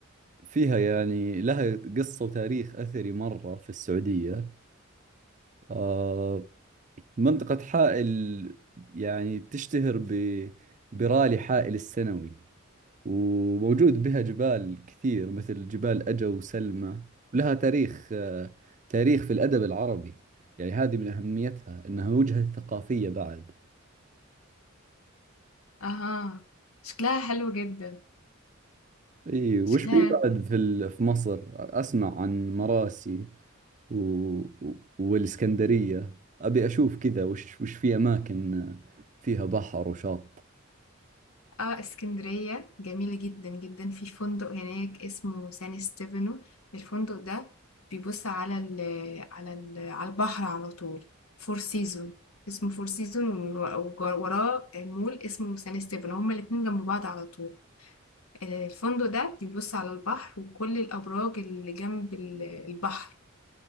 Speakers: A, on the right (about 35°); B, on the left (about 90°).
A: فيها يعني لها قصة وتاريخ أثري مرة في السعودية آه، منطقة حائل يعني تشتهر ب برالي حائل السنوي وموجود بها جبال كثير مثل جبال أجا وسلمى ولها تاريخ آه، تاريخ في الأدب العربي يعني هذه من أهميتها أنها وجهة ثقافية بعد
B: اها شكلها حلو جدا
A: إي وش
B: شكلها
A: في بعد في ال- في مصر أسمع عن مراسي و... و- والإسكندرية أبي أشوف كذا وش وش في أماكن آه، فيها بحر وشاطئ
B: اه اسكندريه جميله جدا جدا في فندق هناك اسمه سان ستيفانو الفندق ده بيبص على ال على ال على البحر على طول فور سيزون اسمه فور سيزون ووراه مول اسمه سان ستيفانو هما الاتنين جنب بعض على طول الفندق ده بيبص على البحر وكل الأبراج اللي جنب ال- البحر